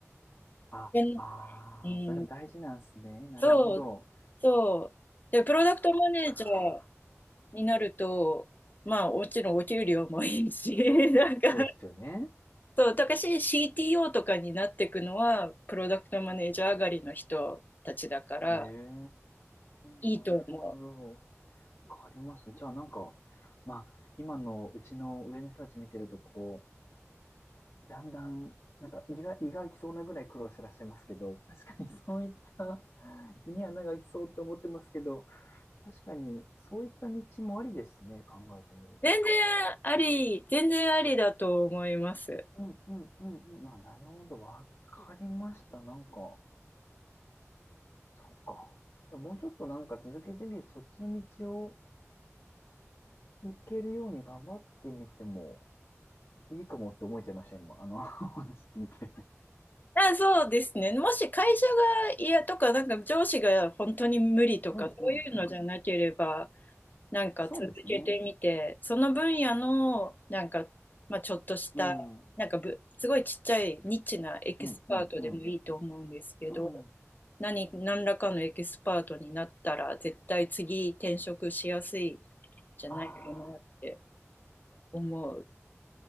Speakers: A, on the left (about 60°); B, on the left (about 35°).
A: ああー、
B: で、うん、
A: それが大事なんですね。なるほど。
B: そう、そう。で、プロダクトマネージャー
A: そっか。
B: になると、まあもちろんお給料もいいし <laughs>、なんか、
A: そうですよね。
B: そう、たかし CTO とかになっていくのは、プロダクトマネージャー上がりの人たちだから、
A: へえ、
B: いいと思う。
A: なるほど。わかります。じゃあなんか、まあ、今のうちの上の人たち見てると、こう、だんだん、なんか胃が、胃が空きそうなぐらい苦労してらっしゃいますけど、<laughs> 確かにそういった胃に穴が空きそうと思ってますけど、確かにそういった道もありですね、考えてみると。
B: 全然あり、全然ありだと思います。
A: うんうんうんうん。まあ、なるほど。わかりました。なんか、そっか。じゃあもうちょっとなんか続けてみる、そっちの道を行けるように頑張ってみてもいいかもって思えちゃいました、今。あの、<laughs> お話聞いて。
B: あ、そうですね。もし会社が嫌とか、なんか上司が本当に無理とか、
A: うんうんうん。
B: そういうのじゃなければ、なんか続けてみて、
A: そうですね。
B: その分野の、なんか、まあ、ちょっとした、
A: うん。うん
B: なんかぶ、すごいちっちゃいニッチなエキスパートでもいいと思うんですけど、
A: うんうん。うん。
B: 何、何らかのエキスパートになったら、絶対次転職しやすいじゃないかなって
A: あ
B: 思う。